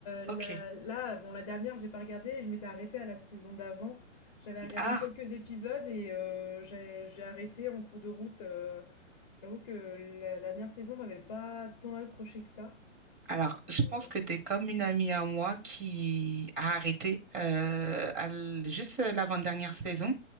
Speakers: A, on the left; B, on the right.
A: la
B: Ok.
A: là, bon, la dernière, j'ai pas regardé, je m'étais arrêtée à la saison d'avant. J'avais regardé
B: Ah,
A: quelques épisodes et heu, j'ai j'ai arrêté en cours de route, heu, j'avoue que la dernière saison m'avait pas tant accrochée que ça.
B: alors, je
A: Euh,
B: pense que tu es comme une amie à moi qui a arrêté euh, à l- juste euh, l'avant-dernière saison.